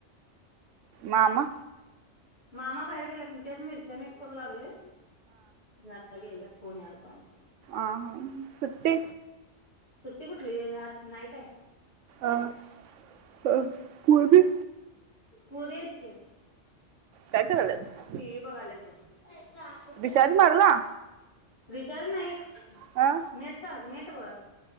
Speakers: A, on the right (about 85°); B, on the left (about 60°).
A: मामा
B: मामा बाहेर गेलेत, तेच मिरच्या निट करू लागले. आता गेला <unintelligible>
A: आ हा सु्ट्टे
B: सुट्टी कुठली आज नाईट हाय.
A: अह अ पुर्वी
B: पोरी आहेत की
A: काय करायल्यात
B: टीव्ही बघायल्यात बघ.
A: रिचार्ज मारला
B: रिचार्ज नाही.
A: हा
B: नेट चाल नेट वर